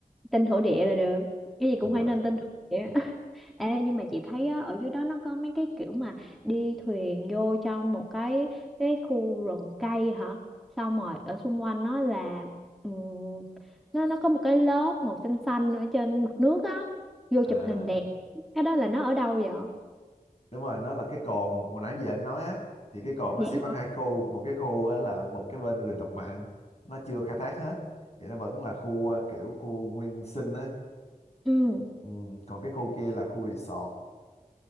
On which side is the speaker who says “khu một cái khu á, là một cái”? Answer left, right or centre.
Left